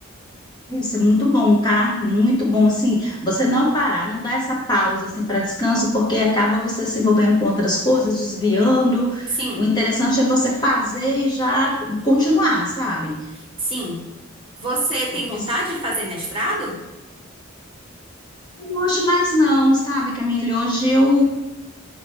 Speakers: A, on the left; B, on the right.
A: Isso é muito bom, tá? Muito bom, assim, você não parar, não dar essa pausa, assim, para descanso, porque acaba você se envolvendo com outras coisas, desviando.
B: Sim,
A: O interessante é você fazer e já continuar, sabe?
B: sim. Você tem
A: Porque
B: vontade de fazer mestrado?
A: hoje mais não, sabe, Camille? Hoje eu,